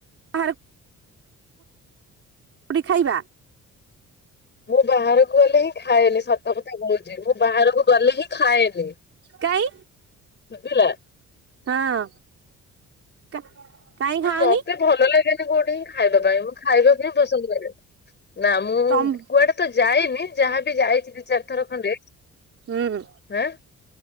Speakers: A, on the right; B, on the left.
A: <unintelligible> ପୁଡ଼ି ଖାଇବା।
B: ମୁଁ ବାହାରକୁ ଗଲେହିଁ ଖାଏନି ସ ମୋ କଥା କହୁଛି ମୁଁ ବାହାରକୁ ଗଲେ ହିଁ ଖାଏନି
A: କାଇଁ
B: ସୁଵିଲା।
A: ହଁ କାହିଁ
B: ନା
A: ଖାଉନି।
B: ମତେ ଭଲ ଲାଗେନି କୋଉଠି ହିଁ ଖାଇବା ପାଇଁ ମୁଁ ଖାଇବାକୁ ହିଁ ପସନ୍ଦ କରେ। ନା ମୁଁ
A: ତମ
B: କୁଆଡେ ତ ଯାଇନି ଯାହାବି ଯାଇଛି ଦି ଚାରି ଥର ଖଣ୍ଡେ।
A: ହୁଁ ମୁଁ
B: ଆଁ